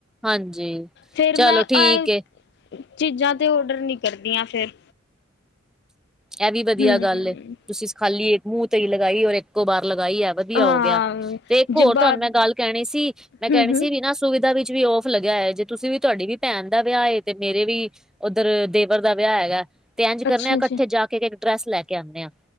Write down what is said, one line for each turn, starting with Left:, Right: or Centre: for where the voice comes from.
Centre: ਹਾਂਜੀ,
Left: ਫੇਰ
Centre: ਚਲੋ
Left: ਮੈਂ
Centre: ਠੀਕ
Left: ਇਹ
Centre: ਏ।
Left: ਚੀਜ਼ਾਂ ਤੇ ਔਡਰ ਨੀ ਕਰਦੀਆਂ ਫਿਰ।
Centre: ਇਹ ਵੀ ਵਧੀਆ
Left: ਹੂੰ,
Centre: ਗੱਲ ਏ, ਤੁਸੀਂ ਖਾਲੀ ਇੱਕ ਮੂੰਹ ਤੇ ਈ ਲਗਾਈ, ਔਰ ਇੱਕੋ ਬਾਰ ਲਗਾਈ ਹੈ। ਵਧੀਆ
Left: ਹਾਂ
Centre: ਹੋ ਗਿਆ, ਤੇ ਇੱਕ
Left: ਜੇ
Centre: ਹੋਰ
Left: ਬਾਅਦ
Centre: ਤੁਹਾਨੂੰ ਮੈਂ ਗੱਲ ਕਹਿਣੀ ਸੀ। ਮੈਂ ਕਹਿਣੀ
Left: ਹੂੰ-ਹੂੰ,
Centre: ਸੀ ਵੀ ਨਾ ਸੁਵਿਧਾ ਵਿੱਚ ਵੀ ਔਫ ਲਗਾ ਹੈ। ਜੇ ਤੁਸੀਂ ਵੀ, ਤੁਹਾਡੀ ਵੀ ਭੈਣ ਦਾ ਵਿਆਹ ਹੈ, ਤੇ ਮੇਰੇ ਵੀ ਉੱਦਰ ਦੇਵਰ ਦਾ ਵਿਆਹ ਹੈਗਾ, ਤੇ ਇੰਜ ਕਰਨਾ
Left: ਅੱਛਾ-ਅੱਛਾ।
Centre: ਕੱਠੇ ਜਾ ਕੇ ਇੱਕ ਡਰੈਸ ਲੈ ਕੇ ਆਂਦੇ ਆਂ।